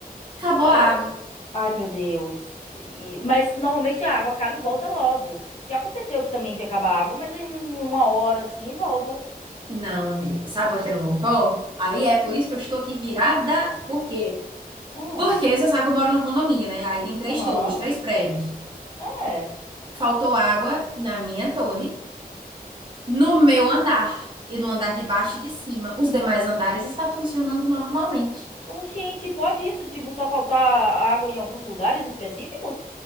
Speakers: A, on the right; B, on the left.
A: Acabou
B: é,
A: a água.
B: Ai, meu Deus. E- mas normalmente a água acaba e volta logo. Já aconteceu aqui também de acabar a água, mas aí em uma hora assim volta.
A: Não, amiga, sabe por que não voltou? Aí é
B: Porque
A: por isso que eu estou aqui virada. Por quê?
B: Hum,
A: Porque você sabe que eu moro no condomínio, né? Aí tem três
B: aham,
A: torres, três prédios.
B: é.
A: Faltou água na minha torre, no meu andar e no andar de baixo e de cima. Os demais andares está funcionando normalmente.
B: Oxente, pode isso? Tipo, só faltar água em alguns lugares específicos?